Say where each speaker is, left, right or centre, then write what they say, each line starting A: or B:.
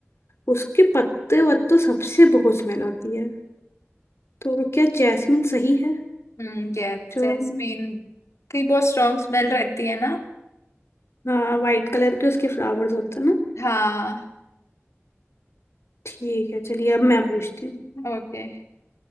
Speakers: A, on the left (about 65°); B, on the left (about 85°).
A: उसके पत्ते वत्तों सबसे बहुत स्मेल आती है तो क्या जैस्मिन सही है
B: हम्म यस
A: जवाब
B: जैस्मीन की बहुत स्ट्रॉन्ग स्मेल
A: हम्म,
B: रहती है ना
A: हाँ वाइट कलर के उसके फ्लावर्स होते हैं ना
B: हाँ
A: ठीक है चलिए अब मैं पूछती हूँ
B: ओके